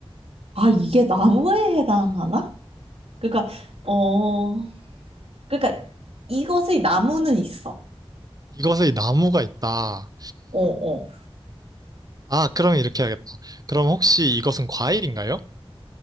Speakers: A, on the right; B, on the right.
A: 아, 이게 나무에 해당하나? 그러니까, 어, 그러니까 이것의 나무는 있어.
B: 이것의 나무가 있다.
A: 어, 어.
B: 아, 그러면 이렇게 해야겠다. 그럼 혹시 이것은 과일인가요?